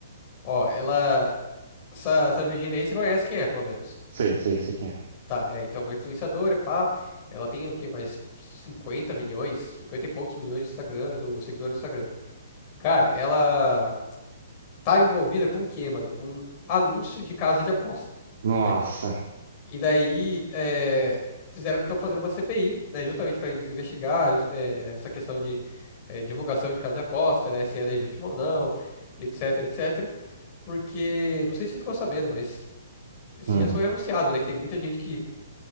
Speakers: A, on the left; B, on the right.
A: Ó, ela. Essa, essa Virgínia aí você conhece quem é, pelo menos.
B: Sei, sei, sei quem é.
A: Tá, é, então, uma influenciadora, pá. Ela tem o quê? Mais 50 milhões, 50 e poucos milhões de Instagram, do seguidores do Instagram. Cara, ela tá envolvida com o quê, mano? Com anúncio de casa de aposta,
B: Nossa.
A: né? E daí é, fizeram, estão fazendo uma CPI, né? Justamente para investigar just- é, essa questão de é, divulgação de casa de aposta, né? Se é legítimo ou não, etc, etc. Porque, não sei se você ficou sabendo, mas esses
B: Hum.
A: dias foi anunciado, né? Que tem muita gente que